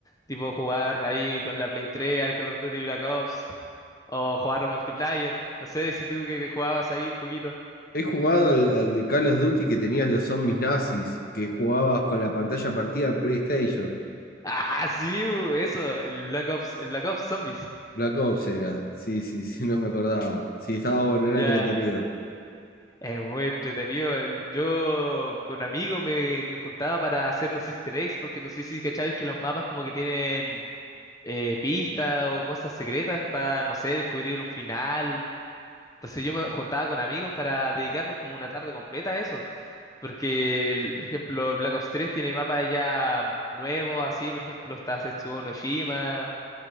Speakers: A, on the left (about 20°); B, on the left (about 50°).
A: Tipo jugar ahí con la Play 3 al Call of Duty Black Ops. O jugar un multiplayer. No sé si tú que te jugabas ahí un poquito.
B: He jugado al, al de Call of Duty que tenías los zombies nazis, que jugabas con la pantalla partida en PlayStation.
A: Ah, sí, bu, eso, el Black Ops, el Black Ops Zombies.
B: Black Ops era. Sí, sí, sí, <laughs> no me acordaba. Sí, estaba bueno, era
A: Ya,
B: entretenido.
A: es muy entretenido. Yo con amigos me, me juntaba para hacer los Easter eggs, porque no sé si cacháis que los mapas como que tienen eh, pistas o cosas secretas para, no sé, descubrir un final. Entonces yo me juntaba con amigos para dedicarnos como una tarde completa a eso. Porque, el- por ejemplo, el Black Ops 3 tiene mapas ya nuevos, así, por ejemplo, está Setsuo no Shima,